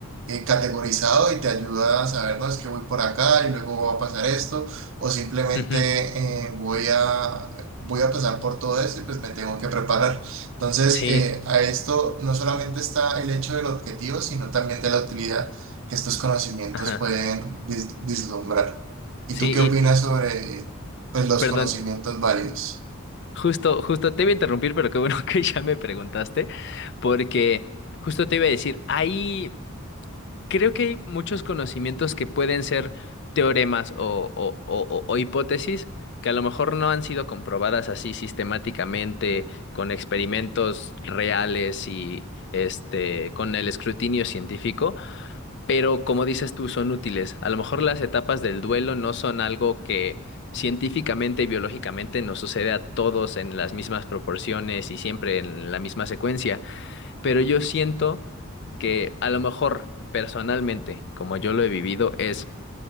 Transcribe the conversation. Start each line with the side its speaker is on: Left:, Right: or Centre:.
Right: eh, categorizado y te ayuda a saber, no, es que voy por acá y luego va a pasar esto, o simplemente
Left: ujú,
Right: eh, voy a, voy a pasar por todo esto y pues me tengo que preparar. Entonces,
Left: Sí,
Right: eh, a esto no solamente está el hecho del objetivo, sino también de la utilidad que estos conocimientos
Left: ajá.
Right: pueden dis- vislumbrar. ¿Y
Left: Sí,
Right: tú qué
Left: y,
Right: opinas
Left: y-
Right: sobre, pues, los
Left: perdón,
Right: conocimientos válidos?
Left: justo, justo te iba a interrumpir, pero qué bueno <laughs> que ya me preguntaste, porque justo te iba a decir, ahí. Creo que hay muchos conocimientos que pueden ser teoremas o, o- o- o- o hipótesis que a lo mejor no han sido comprobadas así sistemáticamente con experimentos reales y este con el escrutinio científico, pero como dices tú, son útiles. A lo mejor las etapas del duelo no son algo que científicamente y biológicamente nos sucede a todos en las mismas proporciones y siempre en la misma secuencia pero yo siento que a lo mejor personalmente, como yo lo he vivido, es